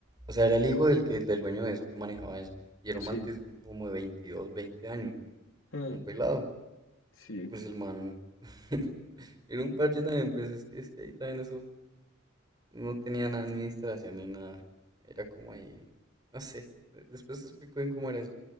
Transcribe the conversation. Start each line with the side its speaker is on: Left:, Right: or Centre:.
Right: o sea, era el hijo del que, del dueño de eso que manejaba eso, y era
Left: Sí.
Right: un maltés como de 22 20 años,
Left: Ah,
Right: un pelado,
Left: sí.
Right: y pues el man, <laughs> era un parche también, pues es que, es que ahí también eso, no tenía nada de administración ni nada, era como ahí, no sé, de- después te explico bien cómo era eso,